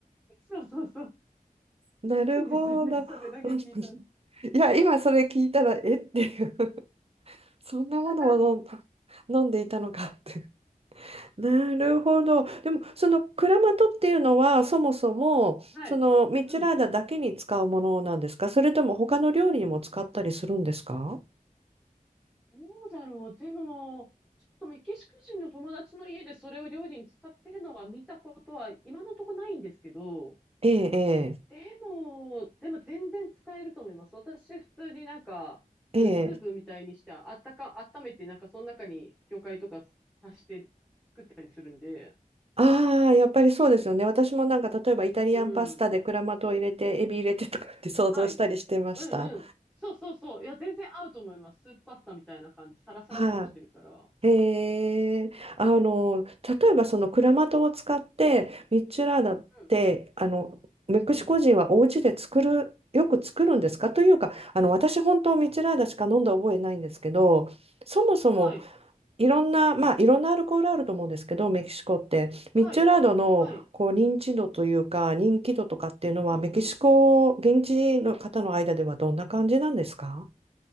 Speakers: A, in the centre; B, on the right.
A: そうそうそう。
B: なるほど。
A: そうですよね。それだけ聞いたの。
B: <laughs> いや、今それ聞いたら、えっていうそんなものを
A: <laughs>
B: 飲ん、飲んでいたのかって。<laughs> なるほど。でも、そのクラマトっていうのは、そもそも、
A: はい。
B: そのミッチェラーダだけに使うものなんですかそれとも他の料理にも使ったりするんですか
A: うん。どうだろう。でも、ちょっとメキシコ人の友達の家でそれを料理に使ってるのは見たことは今のところないんですけど、
B: ええ、
A: でも、でも全然使えると思います。私、普通になんか、
B: ええ、
A: うん、
B: ええ。
A: スープみたいにして、あったか、温めて、なんかその中に魚介とか足して作ったりするんで、
B: ああ、やっぱりそうですよね。私もなんか、例えばイタリアンパスタでクラマトを入れて、
A: うん。
B: エビ入れてとかって想像したりしてました。
A: はい。うんうん。そうそうそう。いや、全然合うと思います。スープパスタみたいな感じ。サラサラっとしてるから。
B: はい、へえ、あの、例えばそのクラマトを使ってミッチュラーダってあのメキシコ人はお家で作るよく作るんですかというかあの私本当ミッチュラーダしか飲んだ覚えないんですけどそもそも
A: うん。うん。はい。
B: いろんなまあいろんなアルコールあると思うんですけどメキシコってミッチュラーダのこう認知度というか人気度とかっていうのはメキシコ現地の方の間ではどんな感じなんですか
A: うん。はい。はい。うんうん。